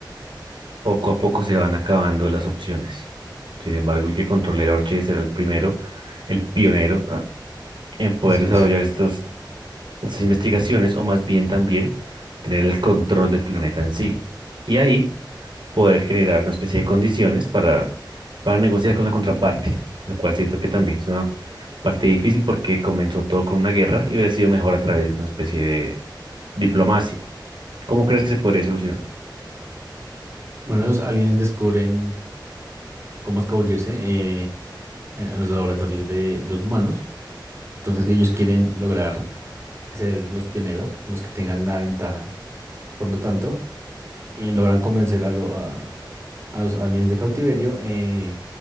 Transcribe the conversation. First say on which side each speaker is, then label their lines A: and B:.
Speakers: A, on the right (about 80°); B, on the right (about 35°).
A: Poco a poco se van acabando las opciones. Sin embargo, el que controle Orche será el primero, el pionero ah, en poder
B: Así
A: desarrollar
B: es.
A: estos, estas investigaciones o más bien también tener el control del planeta en sí. Y ahí poder generar una especie de condiciones para, para negociar con la contraparte, lo cual siento que también es una parte difícil porque comenzó todo con una guerra y hubiera sido mejor a través de una especie de diplomacia. ¿Cómo crees que se podría solucionar?
B: Bueno, los aliens descubren cómo escabullirse eh, a a los laboratorios de, de los humanos. Entonces, ellos quieren lograr ser los pioneros, los que tengan la ventaja Por lo tanto, eh, logran convencer a, lo- a, a los aliens de cautiverio, eh,